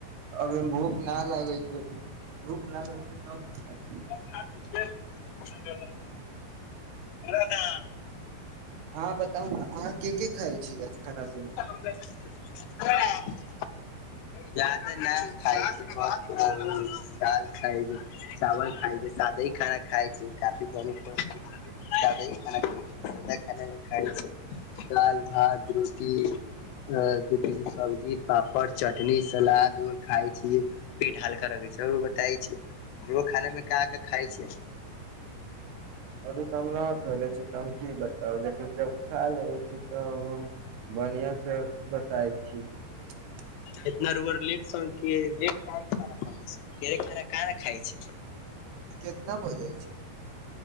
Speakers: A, on the right; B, on the left.
A: अभ भूख न लागै छै भूख लागल छै तब खाय छियै
B: <inaudible> ह <unintelligible>
A: अहाँ बताउ ने अहाँ की की खााय छीयै खाना मे
B: हँ <unintelligible> ज्यादे ने खाइ छी ब <unintelligible> दाल खइल चावल खाय छै साादे ह खाना खाय छै काफी बम पै छै <unintelligible> सादे खाना ऊ सादा खाना न खाइ छै <unintelligible> दाल भात रोटी अ दु तीन सब्जी पापड़ चटनी <unintelligible> चटनी सलाद उद खााय छी पेट हल्का रहगै छै <unintelligible> आऔरो बताय छै सुबह खाना मे का का खाइ छियै
A: अभी त हम नहि खले छी त हम की बताउ लेकिन जब खा लेबै छी तब हम बढ़िआं से बताय छीये
B: इतना रूबर लेट सन के लेट क खाना खाय सन खाना काहे ने खाय छै <unintelligible>
A: केतना बजै छै